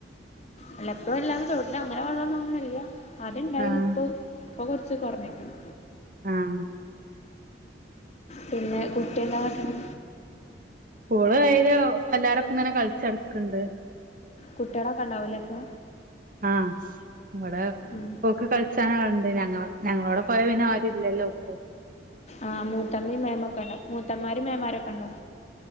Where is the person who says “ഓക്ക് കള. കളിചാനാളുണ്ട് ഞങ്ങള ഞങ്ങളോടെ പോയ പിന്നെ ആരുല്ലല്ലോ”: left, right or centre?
Right